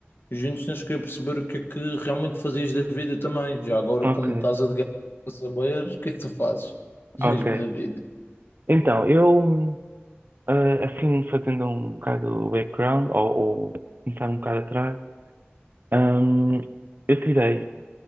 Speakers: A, on the left (about 60°); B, on the right (about 50°).
A: juntos não cheguei a perceber o que é que realmente fazias da vida também. Já agora,
B: Ok.
A: como estás a de guerra, para saber, o que é que tu fazes mesmo
B: Ok.
A: da vida?
B: Então, eu, hum, ah, assim, fazendo um bocado o background, ou, ou começar um bocado atrás, hum, eu tirei